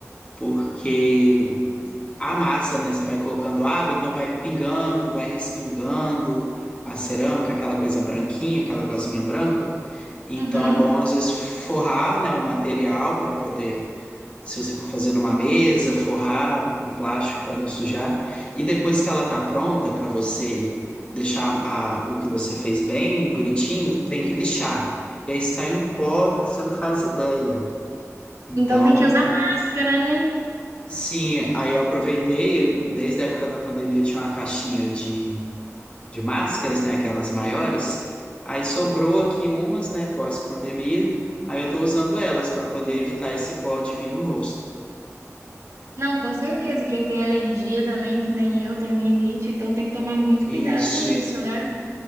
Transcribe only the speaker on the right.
Uhum.
Então tem que usar máscara, né?
Não, com certeza. E quem tem alergia também, que nem eu, tenho rinite, então tem que tomar muito cuidado
com isso, né?